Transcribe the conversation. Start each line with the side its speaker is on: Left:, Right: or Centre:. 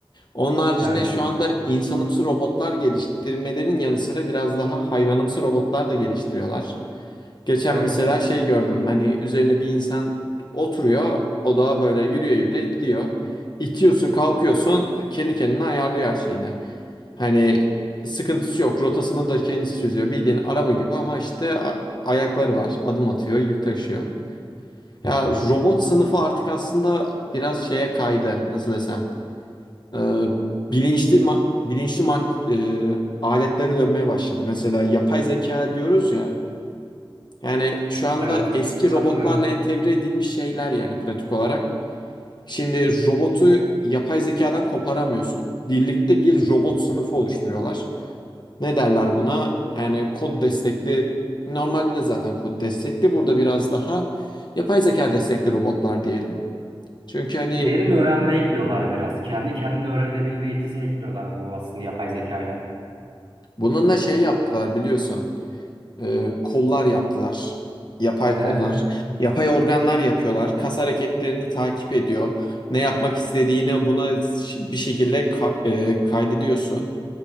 Left: Onun haricinde
Right: Evet.
Left: şu anda insanımsı robotlar geliştirmelerin yanı sıra biraz daha hayvanımsı robotlar da geliştiriyorlar. Geçen
Right: Evet.
Left: mesela şey gördüm hani üzerine bir insan oturuyor o da böyle yürüye yürüye gidiyor. İtiyorsun kalkıyorsun kendi kendine ayarlıyor her şeyini. Hani sıkıntısı yok rotasını da kendisi çözüyor bildiğin araba gibi ama işte a- ayakları var adım atıyor yük taşıyor. Ya robot sınıfı artık aslında biraz şeye kaydı nasıl desem e, bilinçli ma- bilinçli ma- e, aletlere dönmeye başladı. Mesela yapay zeka diyoruz ya. Yani şu anda
Right: Evet,
Left: eski
Right: katılıyorum.
Left: robotlarla entegre edilmiş şeyler yani pratik olarak. Şimdi robotu yapay zekadan koparamıyorsun. Birlikte bir robot sınıfı oluşturuyorlar. Ne derler buna? Yani kod destekli normalde de zaten kod destekli. Burada biraz daha yapay zeka destekli robotlar diyelim. Çünkü hani
Right: Derin öğrenme ekliyorlar biraz. Kendi kendine öğrenebilme yetisi ekliyorlar bu aslında yapay zekayla.
Left: bununla şey yaptılar biliyorsun. E, kollar yaptılar. Yapay
Right: Evet.
Left: kollar. Yapay organlar yapıyorlar. Kas hareketlerini takip ediyor. Ne yapmak istediğini buna ş- bir şekilde ka- e, kaydediyorsun.